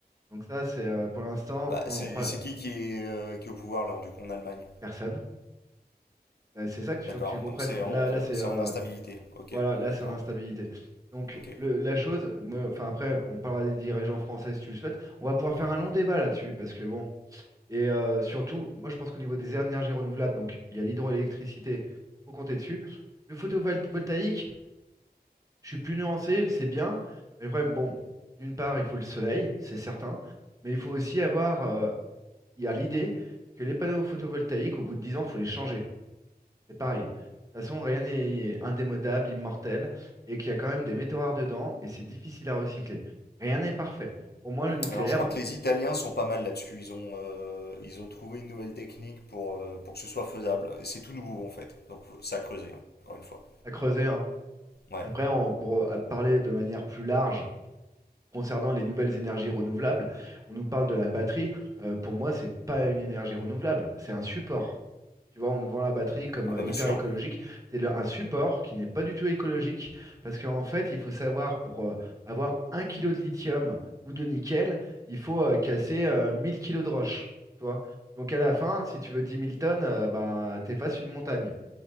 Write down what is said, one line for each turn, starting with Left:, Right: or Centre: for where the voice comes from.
Right: Donc, ça, c'est euh, pour l'instant,
Left: bah,
Right: on,
Left: c'est
Right: on parle.
Left: c'est qui qui est, euh, qui est au pouvoir là, du coup, en Allemagne?
Right: Personne. Euh, c'est ça qu'il
Left: D'accord,
Right: faut que tu comprennes.
Left: donc c'est en,
Right: Là, là c'est.
Left: c'est
Right: euh,
Left: en instabilité. Ok,
Right: Voilà, là,
Left: d'accord.
Right: c'est une instabilité. Donc,
Left: Ok.
Right: le- la chose, moi, enfin, après, on parlera des dirigeants français si tu le souhaites. On va pouvoir faire
Left: Hmm.
Right: un long débat là-dessus, parce que bon. Et euh, surtout, moi, je pense qu'au niveau des énergies renouvelables, donc il y a l'hydroélectricité, faut compter dessus. Le photovoltaïque, je suis plus nuancé, c'est bien. Mais le problème, bon, d'une part, il faut le soleil, c'est certain. Mais il faut aussi avoir, euh, il y a l'idée que les panneaux photovoltaïques, au bout de 10 ans, il faut les changer. C'est pareil. De toute façon, rien n'est indémodable, immortel, et qu'il y a quand même des métaux rares dedans, et c'est difficile à recycler. Rien n'est parfait. Au moins, le nucléaire,
Left: Alors je crois que
Right: on
Left: les Italiens sont pas mal là-dessus. Ils ont, euh, ils ont trouvé une nouvelle technique pour, euh, pour que ce soit faisable. Et c'est tout nouveau en fait. Donc ça a creusé, hein, encore une fois.
Right: a creusé. hein.
Left: Ouais.
Right: Après, on, pour euh, parler de manière plus large concernant les nouvelles énergies renouvelables, on nous parle de la batterie. Euh, pour moi, c'est pas une énergie renouvelable, c'est un support. Tu vois, on nous vend la batterie comme
Left: Ah
Right: euh,
Left: bah
Right: hyper
Left: bien sûr.
Right: écologique. C'est le- un support qui n'est pas du tout écologique parce qu'en fait, il faut savoir pour euh, avoir un kilo de lithium ou de nickel, il faut euh, casser euh, 1000 kilos de roche. Tu vois? Donc à la fin, si tu veux dix mille tonnes, euh, bah, t'effaces une montagne.